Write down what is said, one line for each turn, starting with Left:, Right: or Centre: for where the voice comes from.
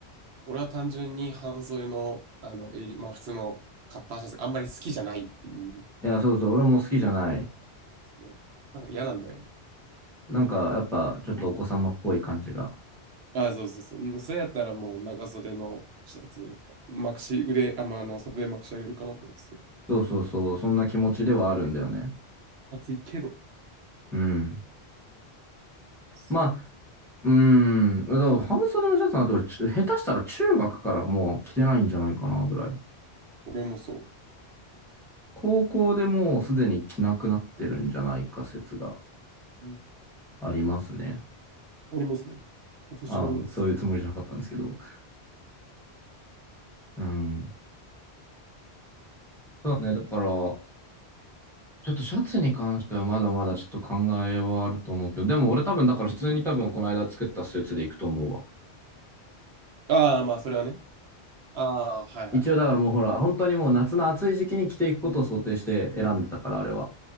Right: 俺は単純に半袖の、あの襟、まあ、普通のカッターシャツがあんまり好きじゃないっていう、
Centre: いや、そうそう、俺も好きじゃない。
Right: そうなんか嫌なんだよね。
Centre: なんか、やっぱ、ちょっとお子様っぽい感じが。
Right: あ、そうそうそう。うんそれやったらもう長袖のシャツ、まくし、腕、あ、まあ、あの、袖まくし上げるかなと思ってて。
Centre: そうそうそう、そんな気持ちではあるんだよね。
Right: 暑いけど。
Centre: うん。
Right: そう
Centre: まあ、うーん。だから半袖のシャツなんて俺、ち下手したら中学からもう着てないんじゃないかなぐらい。
Right: 俺もそう。
Centre: 高校でもうすでに着なくなってるんじゃないか説が
Right: うん
Centre: ありますね。
Right: ありますね。私もあります。
Centre: ああ、そういうつもりじゃなかったんですけど。うん。そうね、だから、ちょっとシャツに関してはまだまだちょっと考えはあると思うけど、でも俺多分だから普通に多分この間作ったスーツで行くと思うわ。
Right: ああ、まあ、それはね。ああ、はいはいはい。
Centre: 一応だからもうほら、本当にもう夏の暑い時期に着ていくことを想定して選んでたから、あれは。